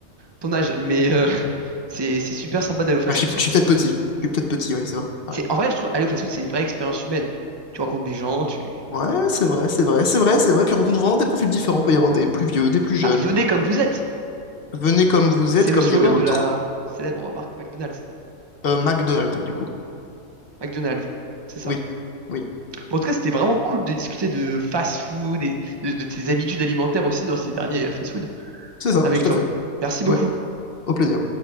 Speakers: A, on the right; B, on the left.
A: ton âge. Mais euh, <laughs> c'est c'est super sympa d'aller au fast-food.
B: Ah, je suis,
A: Enfin,
B: je
A: je
B: suis
A: trouve.
B: peut-être petit, je suis peut-être petit, oui, c'est vrai, t'as
A: C'est
B: raison.
A: en vrai, je trouve aller au fast-food, c'est une vraie expérience humaine. Tu rencontres des gens, tu
B: Ouais, c'est vrai, c'est vrai, c'est vrai, c'est vrai, puis on rencontre vraiment des profils différents, il peut y avoir des plus vieux, des plus jeunes.
A: Ah, venez comme vous êtes.
B: Venez comme vous
A: C'est
B: êtes, comme
A: le slogan
B: dirait l'autre.
A: de la célèbre marque McDonald's.
B: Euh, McDonald's, du coup.
A: McDonald's, c'est ça.
B: Oui, oui,
A: Bon, en tout cas, c'était vraiment cool de discuter de fast-food et de, de tes habitudes alimentaires aussi dans ces derniers euh, fast-food
B: c'est ça,
A: avec
B: tout
A: toi.
B: à fait.
A: Merci
B: Ouais,
A: beaucoup.
B: au plaisir.